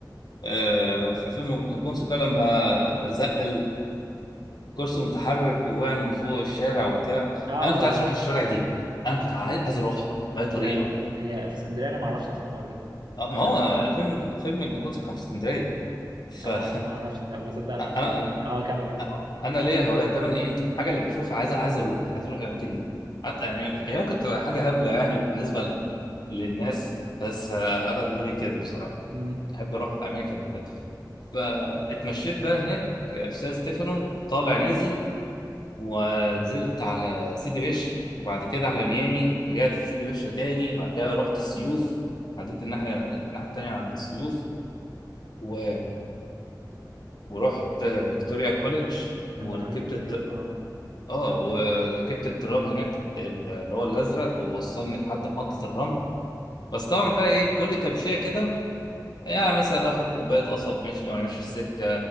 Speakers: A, on the left (about 65°); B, on the right (about 80°).
A: آه، في فيلم ابن القنصل كده لما زق الكرسي المتحرك ووقع من فوق الشارع وبتاع
B: اه اه
A: انا كنت عايز اروح الشارع دي انا كنت عايز عايز اروحها باي طريقه
B: لا هي في اسكندريه انا ما اعرفش اصلا الحوار ده
A: آه، ما هو فيلم فيلم ابن القنصل كان في اسكندريه ف
B: انا
A: <laughs>
B: ما اعرفش لا بصدق انت
A: انا
B: فاجئتني يعني اه كمل كمل
A: انا ليا هوايات دايما ايه الحاجه اللي بشوفها عايز عايز اروح عايز اروح الاماكن
B: امم
A: دي حتى يعني هي ممكن تبقى حاجه هبله يعني بالنسبه ل- للناس بس آه، انا دماغي كده بصراحه
B: امم
A: احب اروح اماكن وكده فاتمشيت بقى هناك في سان ستيفانو طالع نازل ونزلت على سيدي بشر وبعد كده على ميامي رجعت لسيدي بشر تاني بعد كده رحت السيوف عديت الناحيه الناحيه التانيه عند السيوف و... ورحت فيكتوريا كوليدج وركبت
B: انا دخلت السيوف اه
A: اه وركبت الترام هناك ال- اللي هو الازرق ووصلني لحد محطه الرمل بس طبعا بقى ايه كل تمشيه كده يعني مثلا اخد كوبايه قصب ماشي وانا ماشي في السكه